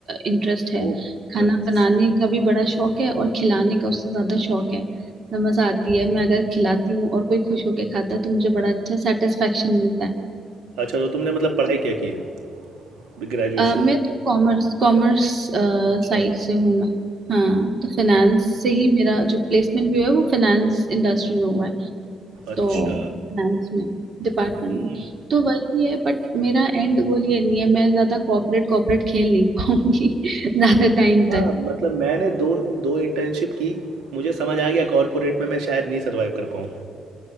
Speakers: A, on the right; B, on the right.
A: इंटरेस्ट है
B: ओ
A: खाना
B: नाइस
A: बनाने का भी बड़ा शौक है और खिलाने का उससे ज्यादा शौक है तो मजा आती है मैं अगर खिलाती हूँ और कोई खुश होके खाता है तो मुझे बड़ा अच्छा सेटिस्फेक्शन मिलता है
B: अच्छा तो तुमने मतलब पढ़ाई क्या की है ग्रेजुएशन
A: अ, मैं तो कॉमर्स कॉमर्स
B: अच्छा
A: साइड से हूँ मैं हाँ तो फाइनेंस से ही मेरा जो प्लेसमेंट भी हुआ है वो फाइनेंस इंडस्ट्री में हुआ है
B: अच्छा
A: तो फाइनेंस में डिपार्टमेंट
B: अच्छा
A: में तो वही है बट मेरा एंड गोल ये नहीं है मैं ज्यादा कॉर्पोरेट कॉर्पोरेट खेल नहीं पाऊंगी <laughs> ज्यादा टाइम
B: हाँ
A: तक
B: मतलब मैंने दो दो इंटर्नशिप की मुझे समझ आ गया कॉर्पोरेट में मैं शायद नहीं सरवाइव कर पाऊँ